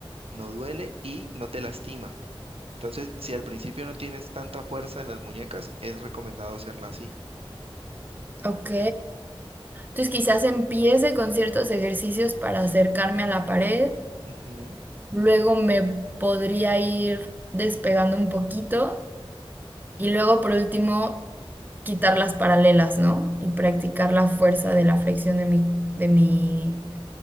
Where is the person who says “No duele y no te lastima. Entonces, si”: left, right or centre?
Right